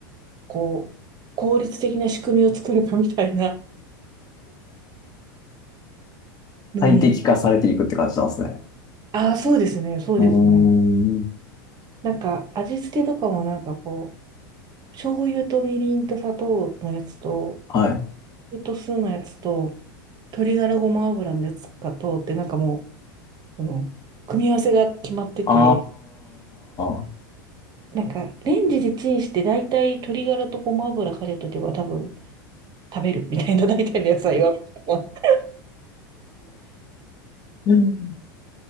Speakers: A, on the right; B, on the left.
A: こう、効率的な仕組みを作るかみたいなのに。
B: 最適化されていくって感じなんですね。
A: ああ、そうですね、そうですね。
B: うーん。
A: なんか味付けとかもなんかこう、醤油とみりんと砂糖のやつと、
B: はい。
A: えっと、酢のやつと、鶏ガラごま油のやつかと、ってなんかもう、その、組み合わせが決まってて、
B: ああ。
A: なんか、レンジでチンして、大体鶏ガラとごま油かけとけば多分食べるみたいな、大体の野菜は、<laughs> みたい
B: <laughs>